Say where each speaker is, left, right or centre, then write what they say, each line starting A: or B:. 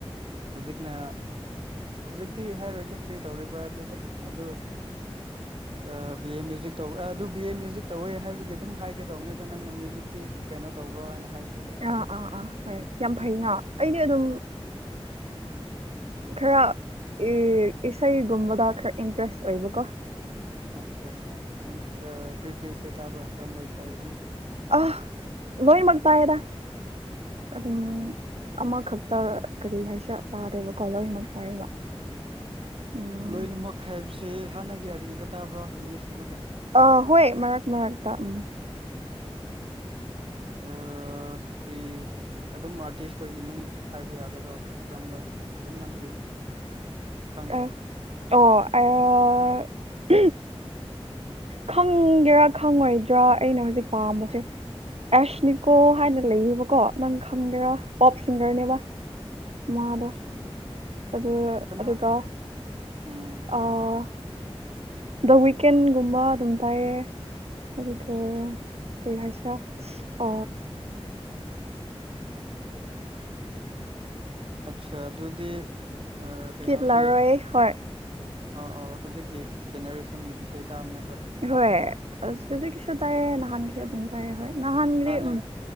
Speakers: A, on the right; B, on the right.
A: ꯍꯧꯖꯤꯛꯅ ꯍꯧꯖꯤꯛꯇꯤ ꯍꯥꯏꯔꯣꯏꯒꯦ ꯀꯔꯤ ꯇꯧꯔꯤꯕ꯭ꯔꯥ ꯍꯥꯏꯕꯗꯨꯗꯤ ꯑꯗꯨ
B: <unintelligible>
A: ꯑꯥ ꯕꯤ ꯑꯦ ꯃ꯭ꯌꯨꯖꯤꯛ ꯇꯧꯕ ꯑꯥ ꯑꯗꯨ ꯕꯤ ꯑꯦ ꯃ꯭ꯌꯨꯖꯤꯛ ꯇꯧꯋꯦ ꯍꯥꯏꯕꯒꯤ ꯑꯗꯨꯝ ꯍꯥꯏꯒꯦ ꯇꯧꯕꯅꯦꯗ ꯅꯪꯅ ꯃ꯭ꯌꯨꯖꯤꯛꯇꯤ ꯀꯩꯅꯣ ꯇꯧꯕ꯭ꯔꯣ ꯍꯥꯏꯅ ꯍꯥꯏꯔꯤꯗꯨꯗ
B: ꯑꯥ ꯑꯥ ꯑꯥ ꯍꯣꯏ ꯌꯥꯝ ꯐꯩꯅꯥ ꯑꯩꯗꯤ ꯑꯗꯨꯝ ꯈꯔ ꯑꯦ ꯏꯁꯩꯒꯨꯝꯕꯗ ꯈꯔ ꯏꯟꯇꯔꯦꯁ ꯑꯣꯏꯕꯀꯣ
A: ꯑꯆꯥ ꯑꯆꯥ ꯏꯟ ꯑꯥ ꯀ꯭ꯔꯤ ꯀ꯭ꯔꯤ ꯏꯁꯩ ꯇꯥꯕꯔꯥ ꯀꯔꯝꯕꯥ ꯏꯁꯩ ꯑꯗꯨꯝ
B: ꯑꯥ ꯂꯣꯏꯃꯛ ꯇꯥꯏꯗ ꯑꯗꯨꯝ
A: ꯎꯝ
B: ꯑꯃꯈꯛꯇ ꯀꯔꯤ ꯍꯥꯏꯁꯤꯔꯥ ꯇꯥꯗꯦꯕꯀꯣ ꯂꯣꯏꯃꯛ ꯇꯥꯏꯌꯦꯕ ꯎꯝ
A: ꯂꯣꯏꯅꯃꯛ ꯍꯥꯏꯕꯁꯦ ꯍꯥꯟꯅꯒꯤ ꯑꯔꯤꯕ ꯇꯥꯕ꯭ꯔꯣ ꯏꯪꯂꯤꯁꯀꯨꯝꯕꯒꯤ
B: ꯑꯥ ꯍꯣꯏ ꯃꯔꯛ ꯃꯔꯛꯇꯥ ꯎꯝ
A: ꯎꯝ ꯑꯥ ꯑꯥ ꯀꯔꯤ ꯑꯗꯨꯝ ꯑꯥꯔꯇꯤꯁ ꯈꯣꯏꯒꯤ ꯃꯤꯡ ꯍꯥꯏꯕ ꯌꯥꯒꯗ꯭ꯔꯣ ꯀꯔꯝꯕ ꯑꯗꯨꯝ ꯅꯪꯒꯤ ꯈꯪꯕ
B: ꯑ ꯑꯣ ꯑꯥ
A: <unintelligible>
B: ꯈꯪꯒꯦꯔꯥ ꯈꯪꯉꯣꯏꯗ꯭ꯔꯥ ꯑꯩꯅ ꯍꯧꯖꯤꯛ ꯄꯥꯝꯕꯁꯦ ꯑꯦꯁꯅꯤꯀꯣ
A: ꯎꯝ
B: ꯍꯥꯏꯅ ꯂꯩꯌꯦꯕꯀꯣ ꯅꯪ ꯈꯪꯒꯦꯔꯥ ꯄꯣꯞ ꯁꯤꯡꯒꯔꯅꯦꯕ ꯃꯗꯨ
A: ꯑꯆꯥ
B: ꯑꯗꯨ
A: ꯑꯆꯥ ꯀꯅꯥ
B: ꯑꯗꯨꯒ
A: ꯎꯝ
B: ꯑꯥ ꯗ ꯋꯤꯀꯦꯟꯒꯨꯝꯕ ꯑꯗꯨꯝ ꯇꯥꯏꯌꯦ ꯑꯗꯨꯒ
A: ꯑꯆꯥ ꯑꯆꯥ ꯑꯆꯥ
B: ꯀꯔꯤ ꯍꯥꯌꯁꯤꯔꯥ ꯑ
A: ꯎꯝ
B: <unintelligible>
A: ꯑꯇꯆꯥ ꯑꯗꯨꯗꯤ ꯑꯥ ꯀꯩꯅꯣꯁꯦ
B: ꯀꯤꯠ ꯂꯥꯔꯣꯏ ꯍꯣꯏ
A: ꯑꫭ ꯑꫭ ꯍꯧꯖꯤꯛꯀꯤ ꯖꯦꯅꯦꯔꯦꯁꯟꯒꯤ ꯏꯁꯩ ꯇꯥꯕꯅꯦꯕ
B: ꯍꯣꯏ ꯍꯧꯖꯤꯛꯁꯨ ꯇꯥꯏꯌꯦ ꯅꯍꯥꯟꯁꯨ ꯑꯗꯨꯝ ꯇꯥꯏꯌꯦ ꯍꯣꯏ ꯅꯍꯥꯟꯒꯤꯗꯤ
A: ꯍꯥꯟꯅ
B: ꯎꯝ